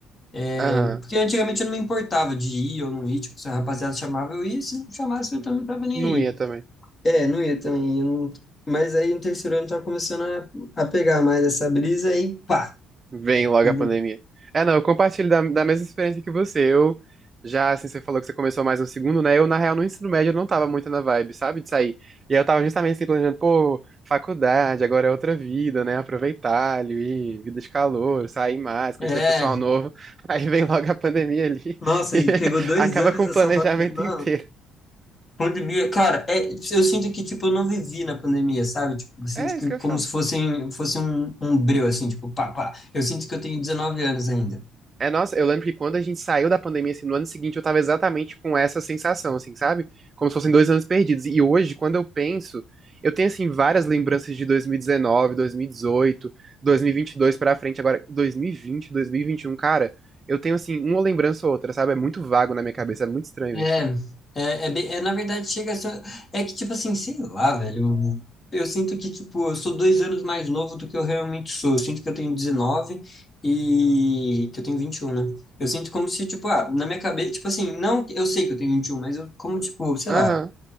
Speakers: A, on the left (about 35°); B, on the right (about 30°).
A: É,
B: Aham.
A: porque antigamente eu não me importava de ir ou não ir, tipo, se a rapaziada chamava, eu ia, se não chamasse, eu também não tava nem
B: Não
A: aí.
B: ia também.
A: É, não ia também. eu não- Mas aí no terceiro ano eu tava começando a, a pegar mais essa brisa e pá.
B: Vem logo
A: entendeu?
B: a pandemia. É, não, eu compartilho da, da mesma experiência que você. Eu já, assim, você falou que você começou mais no segundo, né? Eu, na real, no ensino médio, eu não tava muito na vibe, sabe? De sair. E aí eu tava justamente assim, planejando, pô, faculdade, agora é outra vida, né? Aproveitar ali, vida de calor, sair mais, conhecer
A: É,
B: o pessoal novo. <laughs> Aí vem logo a pandemia ali
A: nossa,
B: <laughs> e
A: e pegou dois
B: acaba
A: anos
B: com o
A: dessa
B: planejamento
A: faculdade. Não,
B: inteiro.
A: pandemia, cara, é, eu sinto que, tipo, eu não vivi na pandemia, sabe? Tipo, eu sinto
B: É
A: que
B: isso que
A: como
B: eu falo.
A: se fosse, fosse um, um breu, assim, tipo, pá, pá. Eu sinto que eu tenho 19 anos ainda.
B: É, nossa, eu lembro que quando a gente saiu da pandemia, assim, no ano seguinte, eu tava exatamente com essa sensação, assim, sabe? Como se fossem dois anos perdidos. E hoje, quando eu penso, eu tenho, assim, várias lembranças de 2019, 2018, 2022 pra frente. Agora, 2020, 2021, cara, eu tenho, assim, uma lembrança ou outra, sabe? É muito vago na minha cabeça, é muito estranho
A: É,
B: isso.
A: é, é, bem- é, na verdade, chega a ser, é que, tipo assim, sei lá, velho, eu, eu sinto que, tipo, eu sou dois anos mais novo do que eu realmente sou, eu sinto que eu tenho 19 e que eu tenho 21, né? Eu sinto como se, tipo, ah, na minha cabeça, tipo assim, não, que- eu sei que eu tenho 21, mas eu, como, tipo, sei
B: Aham.
A: lá,